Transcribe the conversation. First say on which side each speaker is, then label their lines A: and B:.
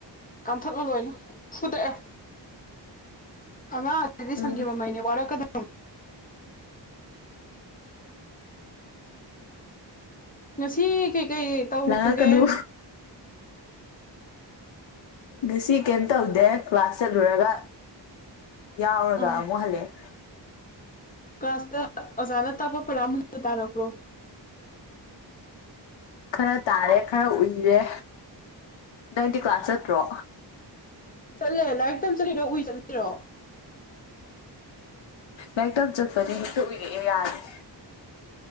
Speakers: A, on the left (about 20°); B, on the left (about 85°).
A: ꯀꯟꯊꯠꯂꫭ ꯂꯣꯏꯅ ꯐꯨꯗꯛꯑꯦ ꯑꯉꯥꯡ ꯖꯤꯗꯤ ꯁꯟꯒꯤ
B: ꯎꯝ
A: ꯃꯃꯩꯅꯦ ꯋꯥꯔꯛꯀꯗꯕꯅꯦ ꯉꯁꯤ ꯀꯩ ꯀꯩ ꯇꯧꯒꯦ
B: ꯂꯥꯡꯉꯛꯀꯅꯨ ꯉꯁꯤ ꯀꯩꯝ ꯇꯧꯗꯦ ꯀ꯭ꯂꯥꯁ ꯆꯠꯂꯨꯔꯒ ꯌꯥꯎꯔꯒ
A: ꯑꯥ
B: ꯑꯃꯨꯛ ꯍꯜꯂꯛꯑꯦ
A: ꯀ꯭ꯂꯥꯁꯇ ꯑꯣꯖꯥꯅ ꯇꯥꯛꯄ ꯄꯥꯔꯥ ꯃꯨꯟꯅ ꯇꯥꯔꯛꯄꯔꫭ
B: ꯈꯔ ꯇꯥꯔꯦ ꯈꯔ ꯎꯏꯔꯦ ꯅꯪꯗꯤ ꯀ꯭ꯂꯥꯁ ꯆꯠꯇ꯭ꯔꯣ
A: ꯆꯠꯂꯦ ꯂꯥꯏꯔꯤꯛ ꯇꯝ ꯆꯠꯂꯤꯔꯣ ꯎꯨꯏ ꯆꯠꯂꯤꯔꯣ
B: ꯂꯥꯏꯔꯤꯛꯇꯝ ꯆꯠꯄꯅꯦ ꯍꯦꯛꯇ ꯎꯨꯏꯔꯛꯑꯦ ꯌꯥꯗꯦ